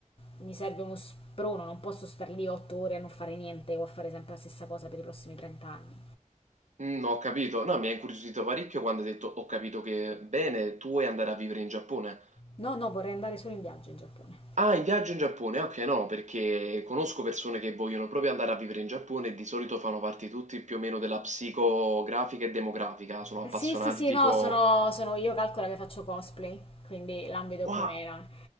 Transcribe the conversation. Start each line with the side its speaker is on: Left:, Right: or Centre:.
Left: mi serve uno sprono, non posso stare lì otto ore a non fare niente o a fare sempre la stessa cosa per i prossimi 30 anni.
Right: Mm, ho capito. No, mi ha incuriosito parecchio quando hai detto ho capito che bene, tu vuoi andare a vivere in Giappone.
Left: No, no, vorrei andare solo in viaggio in Giappone.
Right: Ah, il viaggio in Giappone, ah okay, no, perché conosco persone che vogliono proprio andare a vivere in Giappone e di solito fanno parte tutti più o meno della psicografica e demografica, sono
Left: Eh,
Right: appassionati
Left: Sì, sì, sì,
Right: tipo
Left: no, sono, sono- io calcolo che faccio cosplay, quindi l'ambito più
Right: "Wa
Left: o meno.